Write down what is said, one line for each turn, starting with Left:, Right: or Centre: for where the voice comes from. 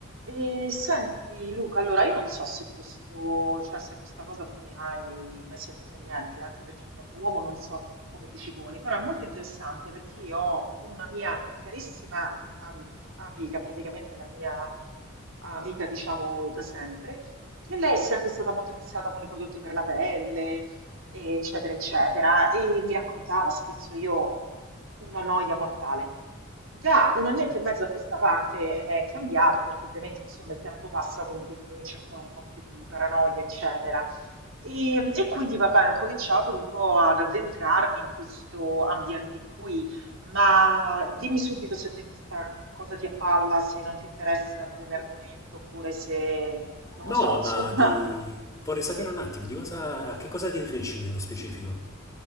Right: E senti Luca, allora io non so se questo, cioè se questa cosa tu ne hai mai sentito niente, anche perché in quanto uomo non so come ti ci poni, però è molto interessante perché io ho una mia carissima am- amica, praticamente la mia amica diciamo da sempre, che lei è sempre stata molto fissata con i prodotti per la pelle, eccetera, eccetera, e mi raccontava spesso io una noia mortale. Da un annetto e mezzo a questa parte è cambiato perché ovviamente insomma il tempo passa, quindi ti incominci a fare un po' più di paranoia, eccetera. E, e quindi vabbè, ho incominciato un po' ad addentrarmi in questo ambiente qui, ma dimmi subito se a te questa cosa ti appalla, se non ti interessa come argomento, oppure se, non
Left: No,
Right: lo so, insomma,
Left: ma di... vorrei sapere un attimo di cosa... a che cosa ti riferisci nello specifico?